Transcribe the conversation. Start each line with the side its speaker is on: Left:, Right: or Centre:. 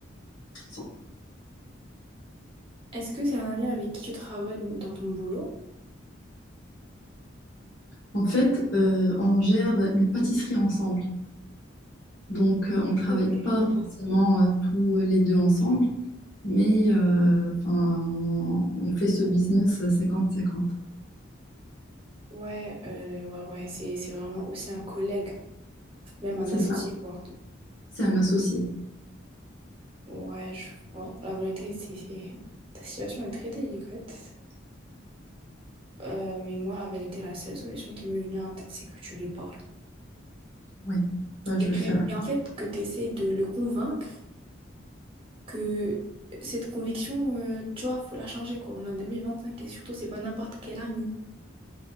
Left: sans-
Right: Est-ce que c'est un ami avec qui tu travailles dans ton boulot?
Left: En fait, euh, on gère une pâtisserie ensemble. Donc, euh, on ne travaille
Right: Ok.
Left: pas forcément euh, tous les deux ensemble, mais euh, enfin, on on fait ce business cinquante cinquante.
Right: Ouais, euh, ouais, ouais, c'est, c'est vraiment aussi un collègue, même un
Left: C'est
Right: associé,
Left: ça,
Right: quoi.
Left: c'est un associé.
Right: Ouais, je vois. La vérité, c'est, c'est- ta situation est très délicate. Euh, mais moi, la vérité, la seule solution qui m'est venue en tête, c'est que tu lui parles.
Left: Oui, Moi, je
Right: Et
Left: veux
Right: tu,
Left: faire.
Right: et en fait, que tu essaies de le convaincre que cette conviction, euh, tu vois, faut la changer, quoi. On est en 2025 et surtout, c'est pas n'importe quel ami.